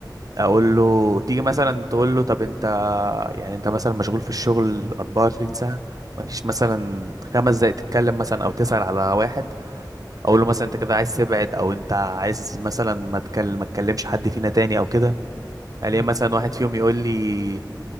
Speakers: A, on the right; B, on the left.
A: اقول
B: امم
A: له تيجي مثلا تقول له طب انت يعني انت مثلا مشغول في الشغل 24 ساعة مفيش مثلا خمس دقايق تتكلم مثلا او تسأل على واحد اقول له مثلا انت كده عايز تبعد او انت عايز مثلا ما تكلم ما تكلمش حد فينا تاني او كده الاقي
B: امم
A: مثلا واحد
B: ايوه
A: فيهم يقول لي